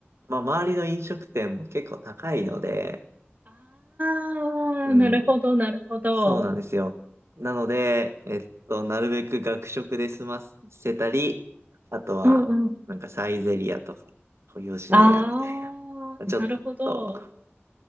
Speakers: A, on the right; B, on the right.
A: まあ周りの飲食店も結構高いので、
B: あなるほど、
A: うん、
B: なるほど。
A: そうなんですよ。なので、えっと、なるべく学食で済ませたり、あとは、
B: うんうん。
A: なんかサイゼリアとか、吉野家みたいな。
B: ああなるほど。
A: ちょっと、